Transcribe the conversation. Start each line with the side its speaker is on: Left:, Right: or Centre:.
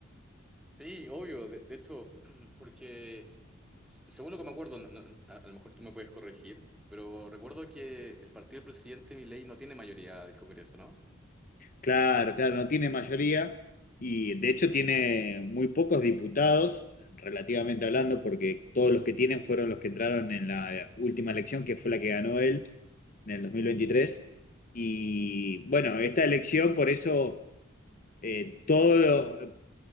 Centre: Sí, obvio, de, de hecho, <clears throat> porque s- según lo que me acuerdo, no- no, a, a lo mejor tú me puedes corregir, pero recuerdo que el partido del presidente Milei no tiene mayoría del Congreso, ¿no?
Left: Claro, claro, no tiene mayoría y de hecho tiene muy pocos diputados, relativamente hablando, porque todos los que tienen fueron los que entraron en la última elección, que fue la que ganó él en el dos mil veintitrés Y bueno, esta elección, por eso, eh, todo,